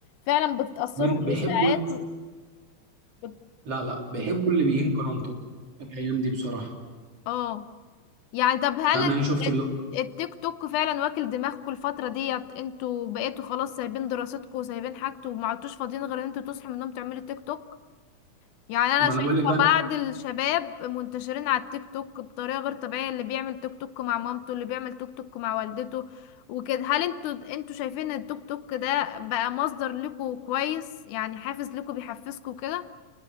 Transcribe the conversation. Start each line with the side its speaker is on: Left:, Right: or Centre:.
Left: فعلا بتتأثروا
Right: من
Left: بالإشاعات
Right: بيحبوا
Left: و... بت...
Right: لا لا بيحبوا اللي بيهين كرامته الايام دي بصراحه
Left: اه يعني طب هل
Right: فاهم
Left: الت-
Right: يعني شفت اللي هو
Left: التيك توك فعلا واكل دماغكم الفترة ديت انتوا بقيتوا خلاص سايبين دراستكم وسايبين حاجتكم وما عدتوش فاضيين غير ان انتوا تصحوا من النوم تعملوا تيك توك يعني انا
Right: ما
Left: شايفة
Right: انا بقول لك بقى
Left: بعض الشباب منتشرين على التيك توك بطريقة غير طبيعية اللي بيعمل تيك توك مع مامته اللي بيعمل تيك توك مع والدته وكده هل انتوا انتوا شايفين ان التيك توك ده بقى مصدر لكم كويس يعني حافز لكم بيحفزكم كده